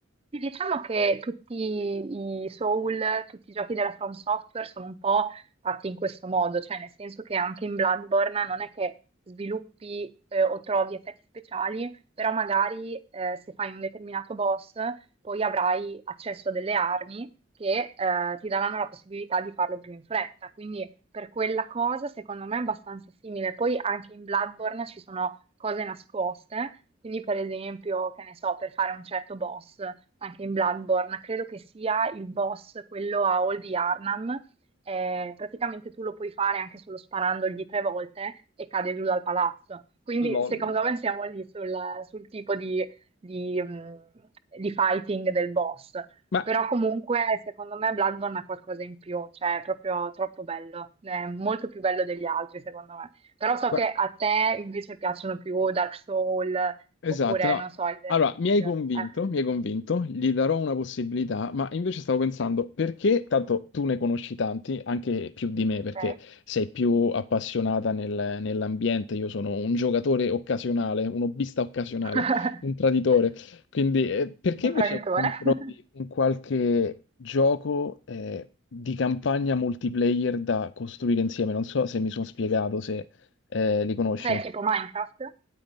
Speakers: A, on the right (about 30°); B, on the left (about 60°).
A: Sì, Diciamo che tutti i Soul, tutti i giochi della From Software sono un po' fatti in questo modo, cioè nel senso che anche in Bloodborne non è che sviluppi eh, o trovi effetti speciali, però magari eh, se fai un determinato boss poi avrai accesso a delle armi che eh, ti daranno la possibilità di farlo più in fretta, quindi per quella cosa secondo me è abbastanza simile. Poi anche in Bloodborne ci sono cose nascoste, quindi per esempio, che ne so, per fare un certo boss anche in Bloodborne, credo che sia il boss, quello a Old Yarnam. Eh, praticamente tu lo puoi fare anche solo sparandogli tre volte e cade giù dal palazzo. Quindi
B: LOL.
A: secondo me siamo lì sul, sul tipo di, di, mh, di fighting del boss.
B: Ma
A: Però comunque secondo me Bloodborne ha qualcosa in più, cioè è proprio troppo bello, è molto più bello degli altri secondo me. Però so
B: guarda,
A: che a te invece piacciono più Dark Soul
B: Esatto,
A: oppure
B: no.
A: non so, Elden
B: Allora,
A: Ring.
B: mi hai
A: Eh,
B: convinto, mi hai convinto, gli darò una possibilità, ma invece stavo pensando perché, tanto tu ne conosci tanti, anche più di me, perché
A: ok.
B: sei più appassionata nel- nell'ambiente, io sono un giocatore occasionale, un hobbista occasionale,
A: <laughs>
B: un traditore, quindi eh, perché
A: Imprenditore?
B: invece non trovi
A: <laughs>
B: un qualche gioco eh, di campagna multiplayer da costruire insieme? Non so se mi sono spiegato, se eh, li conosci.
A: Cioè tipo Minecraft?